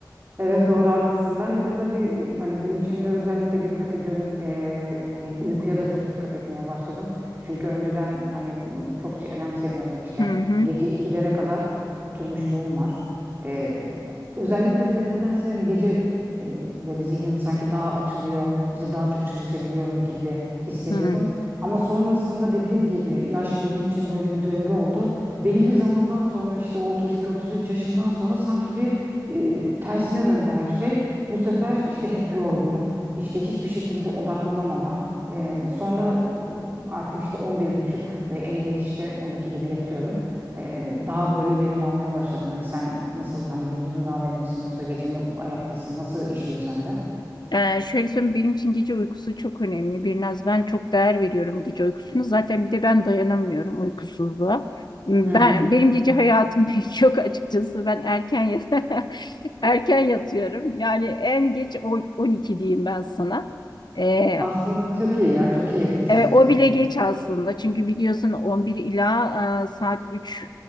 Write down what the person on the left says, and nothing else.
Hı hı.
Hı.
Ee, şöyle söyleyeyim benim için gece uykusu çok önemli. Birnaz ben çok değer veriyorum gece uykusuna. Zaten bir de ben dayanamıyorum uykusuzluğa. Hmm,
Ben
benim gece hayatım <laughs> pek yok açıkçası. Ben erken yat- <laughs> erken yatıyorum. Yani en geç o- 12 diyeyim ben sana. Ee,
e,
o bile geç aslında. Çünkü biliyorsun 11 ila e, saat 3